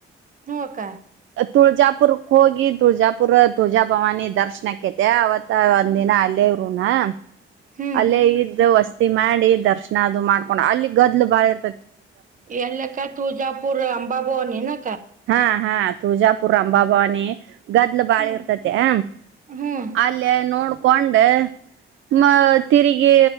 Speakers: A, on the right; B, on the right.
A: ಹ್ಮ್ ನಕ್ಕ
B: ತುಳಜಾಪುರ್ಕ್ಕೆ ಹೋಗಿ ತುಳ್ಜಾಪುರ ತುವಜಾ ಭವಾನಿ ದರ್ಶನಕ್ಕೆೈತೆ ಅವತ್ ತಾ ಒಂದಿನ
A: ಹ್ಮ್
B: ಅಲ್ಲೇ ಇರುಣಾ.
A: ಹ್ಮ್
B: ಅಲ್ಲೇ ಇದ್ದ್ ವಸ್ ತಿ ಮಾಡಿ ದರ್ಶನ ಅದು ಮಾಡ್ಕೊಂಡ್ ಅಲ್ಲಿ ಗದ್ಲು ಬಾಳ ಇರ್ತತಿ.
A: ಎಲ್ಲಕ್ಕ ತುಜಾಪುರ್ ಅಂಬಾಬೋನೀನ.
B: ಹಾ ಹಾ ತುಜಾಪುರಂಬಾಬವಾನಿ ಗದ್ಲು ಬಾಳ
A: ಹ್ಮ್
B: ಇರ್ತತಿ ಹ
A: ಹ್ಮ್
B: ಅಲ್ಲೇ ನೋಡ್ ಕೊಂಡೆ ಮ ತಿರುಗಿ